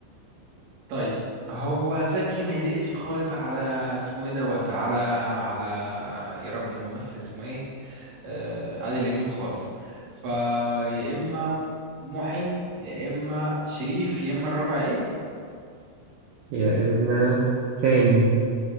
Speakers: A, on the right (about 65°); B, on the right (about 85°).
A: طيب هو زكي ما يليقش خالص على اسمه ايه دوت على على يا ربي الممثل اسمه ايه آه عادل امام خالص فيا اما محي يا اما شريف يا اما الرابع ايه
B: يا إما سامي